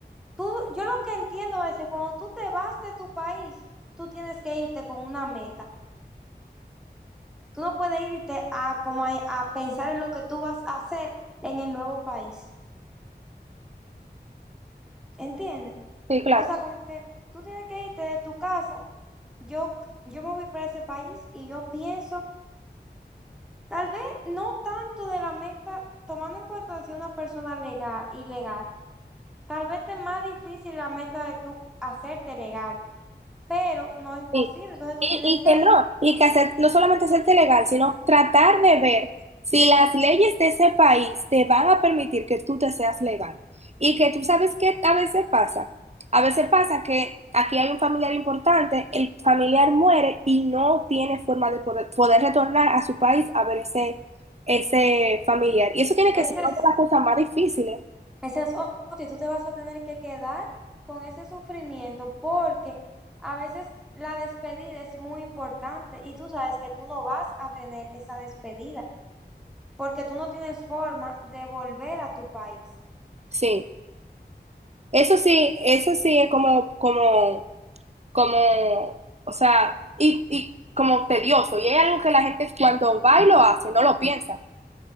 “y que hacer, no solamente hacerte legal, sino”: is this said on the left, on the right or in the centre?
Right